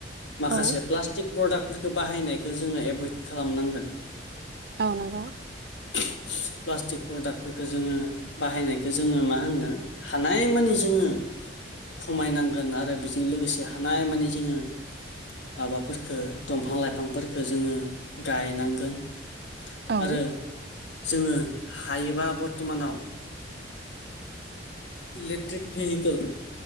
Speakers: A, on the left; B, on the right.
A: माखासे
B: औ
A: प्लास्टिक प्रडाक्टफोरखौ बाहायनायखौ जोङो एभयड खालाम नांगोन
B: औ नोंगौ
A: उम प्लास्टिक प्रडाक्टफोरखो जोङो बाहायनायखौ जोङो मा होन्नो हानाय मानि जोङो खमायनांगोन आरो बिजों लोगोसे हानाय मानि जोङो माबाफोरखौ दंफां लाइफांफोरखौ जोङो गायनांगोन
B: औ
A: आरो जोङो हायोबा बरथमानाव इलेक्ट्रिक भेहिकोल